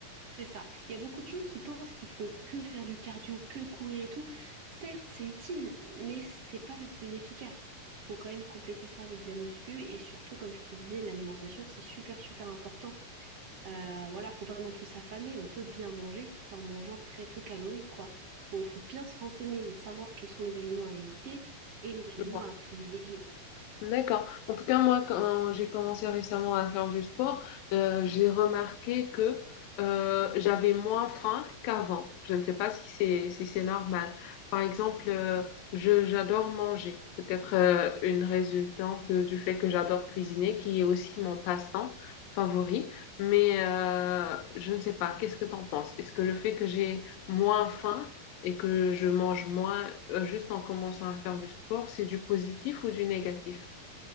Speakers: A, on the right (about 55°); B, on the left (about 85°).
A: C'est ça. Il y a beaucoup de gens qui pensent qu'il faut que faire du cardio, que courir et tout. Certes, c'est utile, mais c'est pas le plus efficace. Il faut quand même compléter ça avec de la muscu et surtout, comme je te disais, l'alimentation, c'est super, super important. Euh, voilà, faut pas non plus s'affamer. On peut bien manger tout en mangeant très peu calorique, quoi. Faut, faut bien se renseigner et savoir quels sont les aliments à éviter et les aliments
B: Je vois.
A: à privilégier.
B: D'accord. En tout cas, moi, quand j'ai commencé récemment à faire du sport, euh, j'ai remarqué que euh, j'avais moins faim qu'avant. Je ne sais pas si c'est si c'est normal. Par exemple, euh, je j'adore manger. Peut-être euh, une résultante du fait que j'adore cuisiner, qui est aussi mon passe-temps favori. Mais euh, je ne sais pas. Qu'est-ce que t'en penses? Est-ce que le fait que j'ai moins faim et que je mange moins, euh, juste en commençant à faire du sport, c'est du positif ou du négatif?